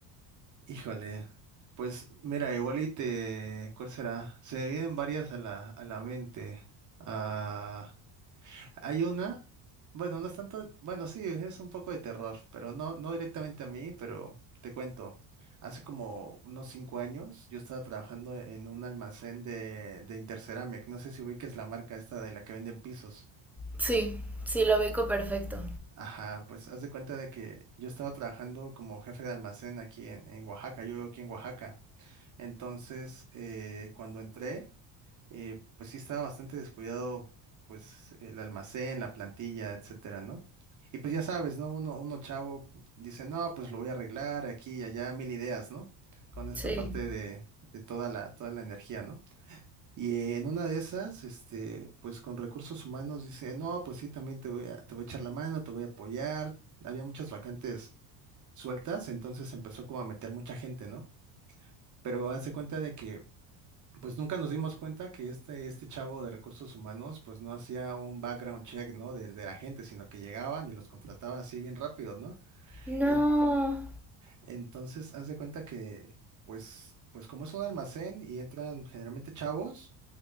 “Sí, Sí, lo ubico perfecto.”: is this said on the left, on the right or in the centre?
Centre